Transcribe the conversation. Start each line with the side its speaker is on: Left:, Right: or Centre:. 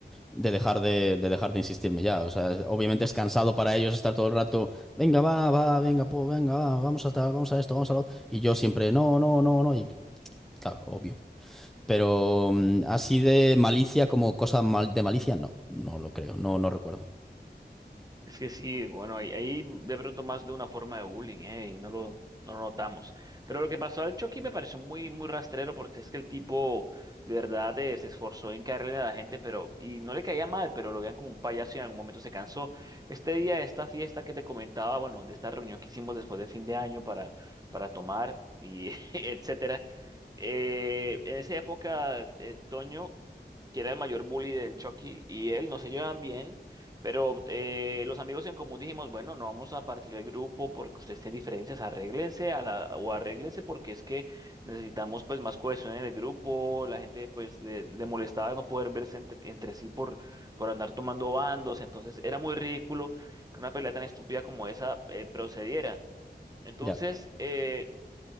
Centre: de dejar de, de dejar de insistirme ya. O sea, es- obviamente es cansado para ellos estar todo el rato, venga, va, va, venga, po, venga, va, vamos a, tal, vamos a esto, vamos a lo otro. Y yo siempre, no, no, no, no. Y claro, obvio. Pero mm, así de malicia como cosa mal, de malicia, no, no lo creo, no, no recuerdo.
Right: Es que sí, bueno, ahí, ahí de pronto más de una forma de bullying, ¿eh? Y no lo, no lo notamos. Pero lo que pasó al Chucky me pareció muy, muy rastrero porque es que el tipo de verdad eh, se esforzó en caerle a la gente, pero, y no le caía mal, pero lo veían como un payaso y en algún momento se cansó. Este día, esta fiesta que te comentaba, bueno, de esta reunión que hicimos después de fin de año para, para tomar y <laughs> etcétera. eh, en esa época, eh, Toño que era el mayor bully del Chucky y él, no se llevan bien, pero eh, los amigos en común dijimos, bueno, no vamos a partir el grupo porque ustedes tienen diferencias, arréglense a la, o arréglense porque es que necesitamos pues más cohesión en el grupo, la gente pues le, le molestaba no poder verse entre, entre sí por, por andar tomando bandos, entonces era muy ridículo que una pelea tan estúpida como esa eh, procediera. Entonces,
Centre: Ya,
Right: eh,